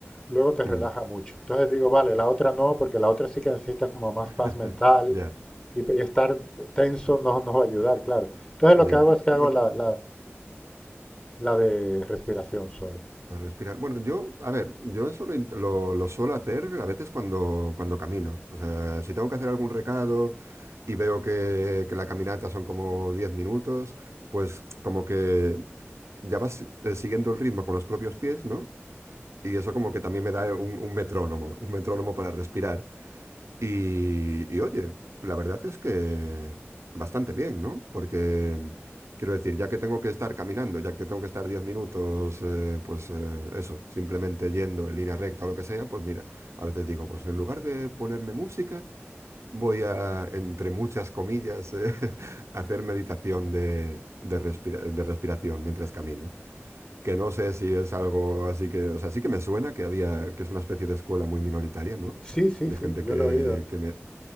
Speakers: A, on the left; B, on the right.
A: luego te
B: mm,
A: relaja mucho. Entonces digo, vale, la otra no, porque la otra sí que necesitas como más
B: <laughs>
A: paz mental
B: ya,
A: y, pe- y estar tenso no nos va a ayudar, claro. Entonces
B: ya.
A: lo que hago es que
B: Bueno,
A: hago la, la- la de respiración solo.
B: a respirar. Bueno, yo, a ver, yo eso lo, int- lo- lo suelo hacer a veces cuando, cuando camino. O sea, si tengo que hacer algún recado y veo que, que la caminata son como 10 minutos, pues como que ya vas eh, siguiendo el ritmo con los propios pies, ¿no? Y eso como que también me da un, un metrónomo, un metrónomo para respirar. Y, y oye, la verdad es que bastante bien, ¿no? Porque quiero decir, ya que tengo que estar caminando, ya que tengo que estar 10 minutos, eh, pues eh, eso, simplemente yendo en línea recta o lo que sea, pues mira, a veces digo, pues en lugar de ponerme música, voy a, entre muchas comillas, eh, <laughs> hacer meditación de, de respira- de respiración mientras camino. Que no sé si es algo así que, o sea, sí que me suena que había, que es una especie de escuela muy minoritaria, ¿no?
A: Sí, sí,
B: de
A: sí,
B: gente
A: yo
B: que,
A: lo he oído.
B: que me-